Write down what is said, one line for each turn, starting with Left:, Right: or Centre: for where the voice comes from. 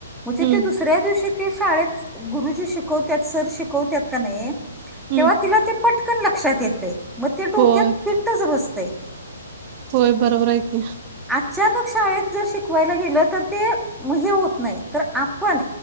Centre: म्हणजे
Right: हम्म
Centre: ते दुस सऱ्या दिवशी ते शाळेत गुरुजी शिकवत्यात, सर शिकवत्यात कनाय
Right: हम्म
Centre: तेव्हा तिला ते पटकन लक्षात येतय म ते डोक्यात
Right: होय
Centre: फिट्टच बसतय.
Right: होय. बरोबर हाय की,
Centre: आचानक शाळेत जर, शिकवायला गेलं तर ते म हे होत नाय. तर आपण,